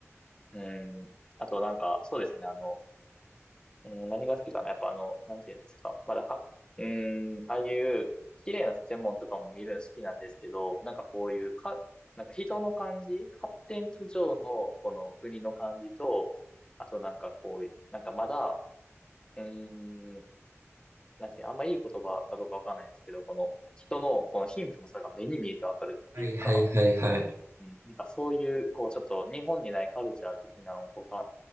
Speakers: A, on the left (about 20°); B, on the right (about 70°).
A: うん。あとなんか、そうですね。あの、うん、何が好きかなやっぱあの、なんていうんですか。まだは、うーん、ああいう綺麗な建物とかも見るの好きなんですけど、なんかこういう、か、なんか人の感じ、発展途上のこの国の感じと、あとなんかこう、なんかまだ、うーん、なんていう、あんまいい言葉かどうかわかんないんですけど、この人のこの貧富の差が目に見えてわかるっていうか、
B: はいはいはいはい。
A: うんなんかそういう、こうちょっと日本にないカルチャー的なのをこうか